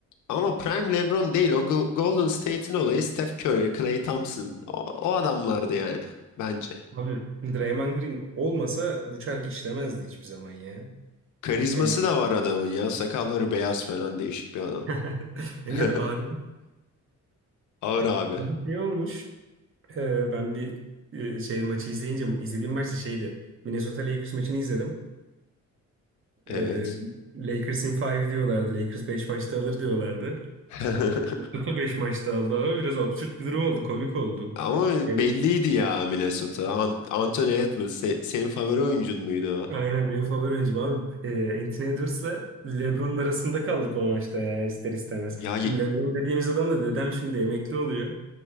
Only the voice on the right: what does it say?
Abi Draymond Green olmasa bu çark işlemezdi hiçbir zaman ya.
Yani,
<laughs> yani
ağrı
<laughs> şey olmuş. Ee, ben bir e, şey maçı izleyince izlediğim maç da şeydi. Minnesota Lakers maçını izledim.
Ee, Lakers in 5 diyorlardı. Lakers 5 maçta alır diyorlardı.
Minnesota 5 maçta aldı abi. Biraz absürt bir durum oldu. Komik oldu.
Yani
aynen benim favori oyuncum abi. Ee, Anthony Edwards'la LeBron'un arasında kaldık o maçta ya ister istemez.
Şimdi LeBron dediğimiz adam da dedem şimdi emekli oluyor.